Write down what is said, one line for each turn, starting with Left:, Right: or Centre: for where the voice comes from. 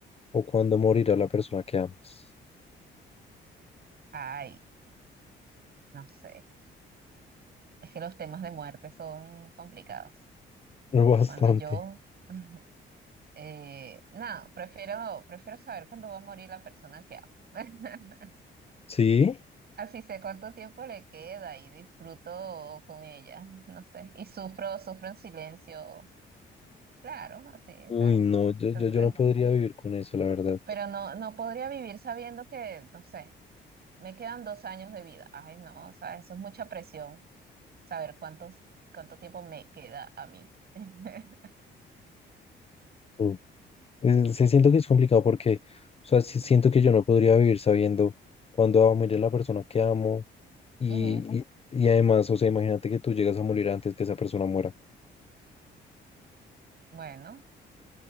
Left: o cuándo morirá la persona que amas?
Right: Ay, no sé. Es que los temas de muerte son complicados.
Left: <laughs> Bastante.
Right: Cuando yo, <laughs> eh, nada, prefiero, prefiero saber cuándo va a morir la persona que amo. <laughs>
Left: ¿Sí?
Right: Así sé cuánto tiempo le queda y disfruto con ella, no sé. Y sufro, sufro en silencio, claro, así,
Left: Uy,
Right: ¿sabes?
Left: no, yo, yo,
Right: <laughs>
Left: yo
Right: Eh,
Left: no podría vivir con eso, la verdad.
Right: Pero no, no podría vivir sabiendo que, no sé, me quedan dos años de vida. Ay, no, o sea, eso es mucha presión, saber cuántos, cuánto tiempo me queda a mí. <laughs>
Left: Mm. Eh, Se siento que es complicado porque, o sea, sí siento que yo no podría vivir sabiendo cuándo va a morir la persona que amo Y,
Right: Ujú,
Left: y, y además, o sea, imagínate que tú llegas a morir antes que esa persona muera.
Right: Bueno,